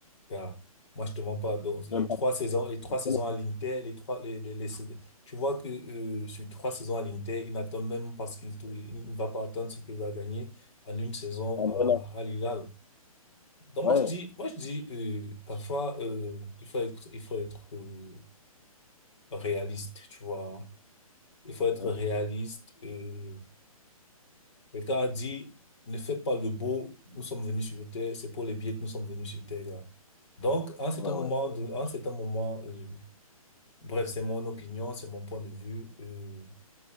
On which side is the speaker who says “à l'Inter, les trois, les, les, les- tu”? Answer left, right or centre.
Left